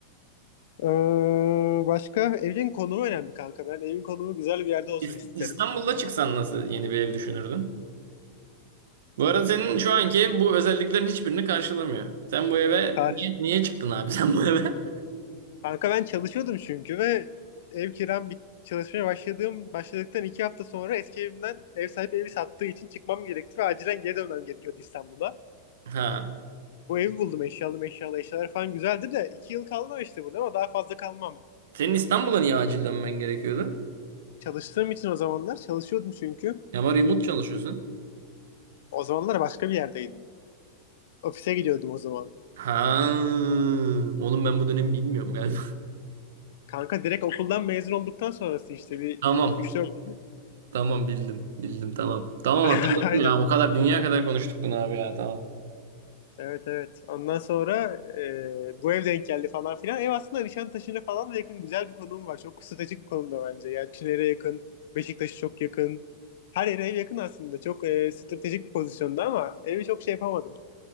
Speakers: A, on the left; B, on the right.
A: Ee, başka evin konumu önemli kanka. Ben evin konumu güzel bir yerde olsun
B: İs-
A: isterim.
B: İstanbul'da çıksan nasıl yeni bir ev düşünürdün? Bu arada senin şu anki ev bu özelliklerin hiçbirini karşılamıyor. Sen bu eve
A: Kar-
B: niye, niye çıktın abi <laughs> sen bu eve? <laughs>
A: Kanka ben çalışıyordum çünkü ve ev kiram bit çalışmaya başladığım başladıktan iki hafta sonra eski evimden ev sahibi evi sattığı için çıkmam gerekti ve acilen geri dönmem gerekiyordu İstanbul'a.
B: Ha.
A: Bu evi buldum eşyalı meşyalı eşyalar falan güzeldi de iki yıl kaldım işte burada ama daha fazla kalmam.
B: Senin İstanbul'a niye acil dönmen gerekiyordu?
A: Çalıştığım için o zamanlar çalışıyordum çünkü.
B: Ama remote çalışıyorsun.
A: O zamanlar başka bir yerdeydim. Ofise gidiyordum o zaman.
B: Ha. Oğlum ben bu dönemi bilmiyorum galiba.
A: Kanka direkt okuldan mezun olduktan sonrası işte bir
B: <laughs> Tamam.
A: üç dört ay.
B: Tamam bildim. Bildim tamam. Tamam
A: <laughs>
B: hatırladım
A: Aynen.
B: ya. O kadar dünya kadar konuştuk bunu abi ya. Tamam.
A: Evet evet. Ondan sonra e, bu ev denk geldi falan filan. Ev aslında Nişantaşı'na falan da yakın güzel bir konum var. Çok stratejik bir konumda bence. Yani Tüner'e yakın, Beşiktaş'a çok yakın. Her yere ev yakın aslında. Çok e, stratejik bir pozisyonda ama evi çok şey yapamadım.